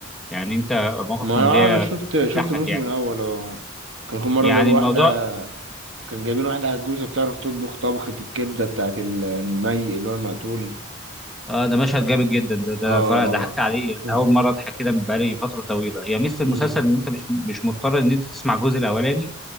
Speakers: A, in the centre; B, on the right.
A: يعني أنت مواقف
B: ما
A: كوميدية
B: آه، انا شفت شفت
A: تضحك
B: الموسم
A: يعني
B: الاول اه كان كل مره
A: يعني
B: جابوا
A: الموضوع
B: واحده كان جايبين واحده عجوزه بتعرف تطبخ طبخه الكبده بتاعت المي اللي هو المقتول
A: آه ده مشهد
B: اه
A: جامد جدا ده ده
B: اه
A: أنا صراحة
B: اه
A: ضحكت عليه يعني
B: مم.
A: أول مرة أضحك كده من بقالي فترة طويلة هي ميزة
B: أمم.
A: المسلسل إن أنت مش مش مضطر إن أنت تسمع الجزء الأولاني